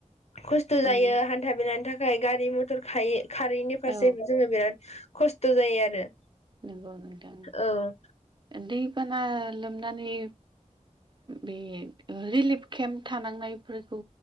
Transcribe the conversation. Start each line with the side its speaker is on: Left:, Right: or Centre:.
Left: खस्थ' जायो
Right: ओं
Left: हान्था बेलानि थाखाय गारि मथर खायै खारैनि फारसे
Right: औ
Left: जोङो बिराद खस्थ' जायो आरो
Right: नंगौ नोंथां
Left: औ
Right: दैबाना लोमनानै बे रिलिफ केम्प थानांनायफोरखौ